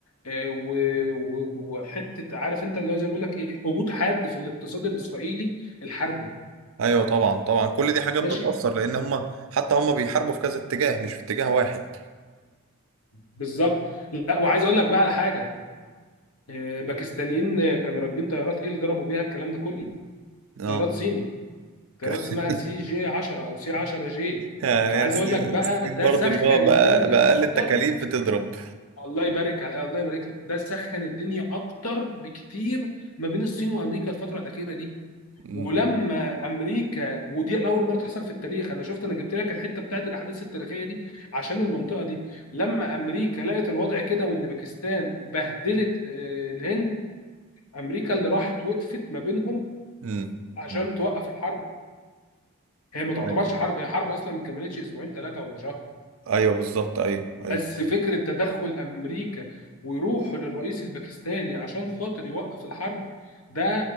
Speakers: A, on the left; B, on the right.
A: آه، و- و- وحته عارف انت اللي هو زي ما بيقول لك ايه هبوط حاد في الاقتصاد الاسرائيلي الحربي
B: ايوه طبعا طبعا كل دي حاجات
A: ماشي
B: بتأثر لان هم حتى هم بيحاربوا في كذا اتجاه مش في اتجاه واحد
A: بالظبط لا وعايز اقول لك بقى على حاجه آه، باكستانيين آه، كانوا راكبين طيارات ايه اللي ضربوا بيها الكلام ده كله
B: اه
A: طيارات صيني طيارات
B: ك-
A: اسمها
B: <laughs>
A: سي جي 10 او سي 10 جي
B: يعني
A: فعايز
B: هي الصين
A: اقول لك بقى
B: الصين
A: ده
B: برضو
A: سخن
B: اللي هو بأ-
A: الدنيا
B: بأقل
A: اكتر
B: التكاليف بتضرب
A: الله يبارك الله يبارك لك ده سخن الدنيا اكتر بكتير ما بين الصين وامريكا الفتره الاخيره دي
B: مم.
A: ولما امريكا ودي اول مره تحصل في التاريخ انا شفت انا جبت لك الحته بتاعت الاحداث التاريخيه دي عشان المنطقه دي لما امريكا لقت الوضع كده وان باكستان بهدلت آه، الهند امريكا اللي راحت وقفت ما بينهم
B: مم.
A: عشان
B: مم.
A: توقف الحرب هي ما تعتبرش
B: ايوه
A: حرب هي حرب اصلا ما كملتش اسبوعين ثلاثه ولا شهر
B: ايوه بالظبط ايوه ايوه
A: بس فكره تدخل امريكا ويروحوا للرئيس الباكستاني عشان خاطر يوقف الحرب ده